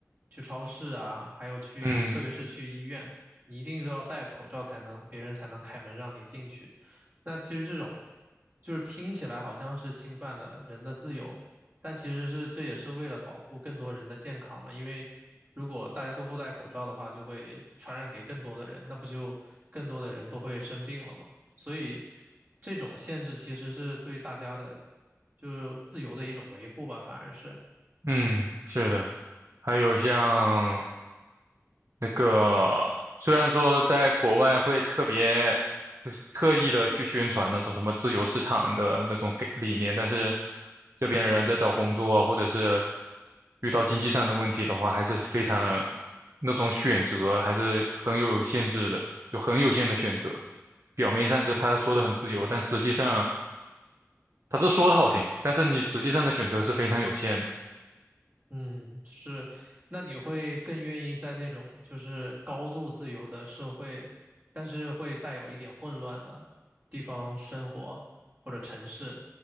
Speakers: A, on the right; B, on the right.
A: 去超市啊，还有去，
B: 嗯
A: 特别是去医院。你一定就要戴口罩才能，别人才能开门让你进去。那其实这种就是听起来好像是侵犯了人的自由，但其实是这也是为了保护更多人的健康嘛。因为如果大家都不戴口罩的话，就会传染给更多的人，那不就更多的人都会生病了嘛。所以这种限制其实是对大家的就自由的一种维护吧，反而是。
B: 嗯，是的，还有像。那个虽然说在国外会特别就是特意的去宣传那种什么自由市场的那种给理念，但是这边人在找工作啊或者是遇到经济上的问题的话，还是非常那种选择还是很有限制的，就很有限的选择。表面上就他说的很自由，
A: 嗯。
B: 但实际上他这说的好听，但是你实际上的选择是非常有限的。
A: 嗯，是，那你会更愿意在那种就是高度自由的社会，但是会带有一点混乱的地方生活或者城市，